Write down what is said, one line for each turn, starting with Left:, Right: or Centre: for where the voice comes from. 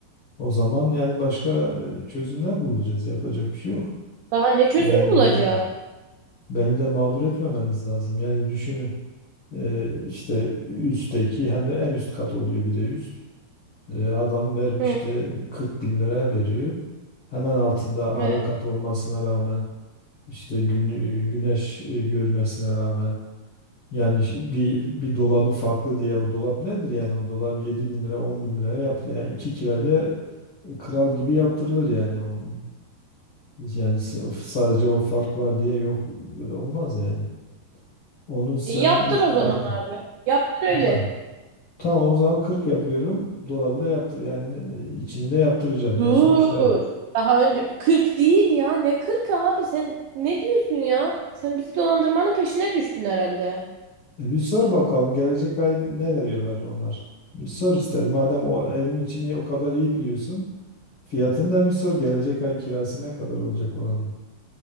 Left: O zaman yani başka e, çözümler bulacağız. Yapacak bir şey yok.
Right: Daha ne çözümü
Left: Yani
Right: bulacağız?
Left: ben, beni de mağdur etmemeniz lazım. Yani düşünün e, işte üstteki hem de en üst kat oluyor bir de üst. E, adam vermiş
Right: Hı,
Left: de 40 bin liraya veriyor. Hemen altında ara
Right: evet.
Left: kat olmasına rağmen işte gün, güneş e, görmesine rağmen Yani şi- bir bir dolabı farklı diye o dolap nedir yani o dolap 7 bin lira 10 bin liraya yaptı yani iki kirayla e, kral gibi yaptırılır yani o yani s- o sadece o fark var diye yok böyle olmaz yani onu sen
Right: E, yaptır o zaman
Left: arka
Right: abi. Yaptır öyle.
Left: e, tamam Tamam, o zaman 40 yapıyorum dolabı da yaptır yani ne- içini de yaptıracağım
Right: Dur.
Left: yani sonuçta
Right: Daha önce 40 değil ya. Ne 40 abi sen ne diyorsun ya? Sen bizi dolandırmanın peşine düştün herhalde.
Left: E, bir sor bakalım gelecek ay ne veriyorlar onlar bir sor ister madem o evin içini o kadar iyi biliyorsun Fiyatını da bir sor. Gelecek ay kirası ne kadar olacak oranın?